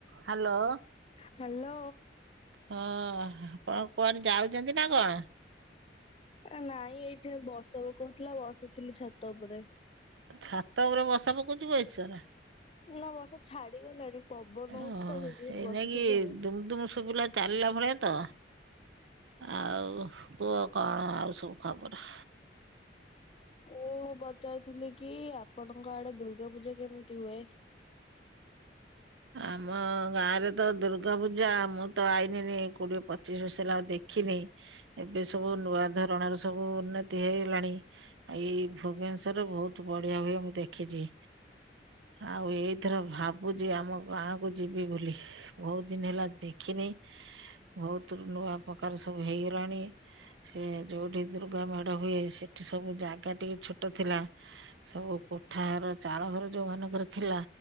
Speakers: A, on the right (about 80°); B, on the left (about 30°).
A: Hello,
B: hello
A: ହଁ ଆପଣ କୁଆଡେ ଯାଉଛନ୍ତି ନା କଣ?
B: ଆ ନାଇଁ ଏଇଠି ବର୍ଷା ପକଉଥିଲା ବସିଥିଲି ଛାତ ଉପରେ।
A: ଛାତ ଉପରେ ବସା ପକଉଛି ବଇସ ନା?
B: ନା ବର୍ଷା ଛାଡିଗଲାଣି ପବନ ହଉଛି
A: ଓ
B: ତ
A: ସେଇ
B: ଯୋଗୁରୁ ବସିଥିଲି
A: ନାକି
B: ଆଉ।
A: ଦୁମ ଦୁମ ଶୁଭିଲା ଚାଲିଲା ଭଳିଆ ତ ଆଉ କୁହ କଣ ଆଉ ସବୁ ଖବର।
B: ମୁଁ ପଚାରୁଥିଲି କି ଆପଣଙ୍କ ଆଡେ ଦୁର୍ଗା ପୂଜା କେମିତି ହୁଏ?
A: ଆମ ଗାଁ ରେ ତ ଦୁର୍ଗା ପୂଜା ମୁଁ ତ ଆଇନିନି କୋଡିଏ ପଚିଶ ବସିଲ ଆଉ ଦେଖି ଦେଖିନି ଏବେ ସବୁ ନୂଆ ଧରଣର ସବୁ ଉନ୍ନତି ହେଇଗଲାଣି। ଏଇ ଭୁବନେଶ୍ଵରରେ ବହୁତ ବଢିଆ ହୁଏ ମୁଁ ଦେଖିଛି। ଆଉ ଏଇଥର ଭାବୁଛି ଆମ ଗାଁକୁ ଯିବି ବୋଲି। ବହୁତ ଦିନ ହେଲା ଦେଖିନି ବହୁତ ନୂଆ ପ୍ରକାର ସବୁ ହେଇଗଲାଣି ସେ ଯୋଉଠି ଦୁର୍ଗା ମେଢ ହୁଏ ସେଠି ସବୁ ଜାଗା ଟିକେ ଛୋଟ ଥିଲା ସବୁ କୋଠା ଘର ଚାଳ ଘର ଯୋଉ ମାନଙ୍କର ଥିଲା